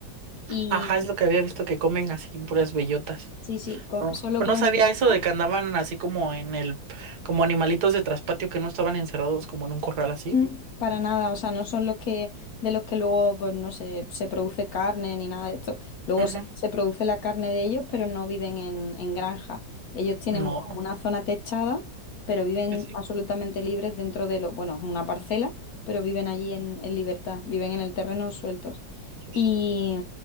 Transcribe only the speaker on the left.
y
sí, sí, co-
solo comen
bellota
Mm, Para nada, o sea, no son los que, de los que luego, pues no sé, se produce carne ni nada de esto. Luego
se, se produce la carne de ellos, pero no viven en, en granja. Ellos tienen
como una zona techada, pero viven
absolutamente libres dentro de lo, bueno, es una parcela, pero viven allí en, en libertad, viven en el terreno sueltos.
Y,